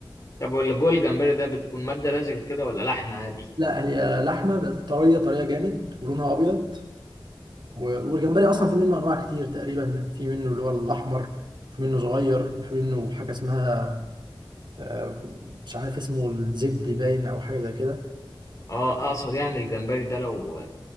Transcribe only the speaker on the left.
طب واللي جوه الجمبري ده بتكون ماده لزجه كده ولا لحمه عادي
اه اقصد يعني الجمبري ده لو